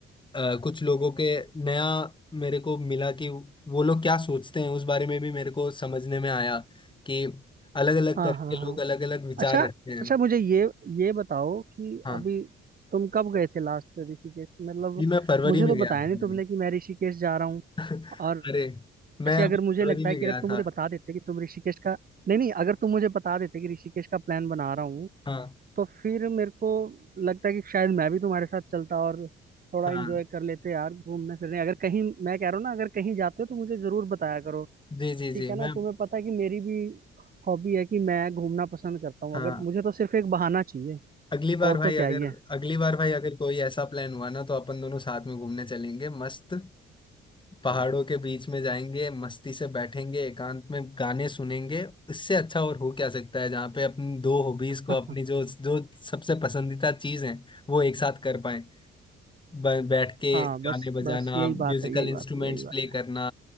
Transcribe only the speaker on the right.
हाँ
हाँ
हाँ
अच्छा
अच्छा मुझे ये ये बताओ कि
अभी तुम कब गए थे लास्ट ऋषिकेश मतलब
मुझे
तो बताया
नहीं तुमने
कि मैं ऋषिकेश जा रहा हूँ
और
ऐसे अगर
मुझे लगता
है कि
अगर तुम
मुझे बता देते कि तुम ऋषिकेश का नहीं नहीं अगर तुम मुझे बता देते कि ऋषिकेश का प्लान बना रहा हूँ
तो फिर मेरे को लगता है कि शायद मैं भी तुम्हारे साथ चलता और थोड़ा
एंजॉय कर लेते यार घूमने फिरने अगर कहीं मैं कह रहा हूँ ना अगर कहीं जाते हो तो मुझे जरूर बताया करो
ठीक
है ना
तुम्हें पता है कि मेरी भी हॉबी है कि मैं घूमना पसंद करता हूँ
अगर मुझे तो सिर्फ एक बहाना चाहिए
और
तो क्या
ही है
<laughs>
हाँ बस
बस यही
बात है यही
बात है यही बात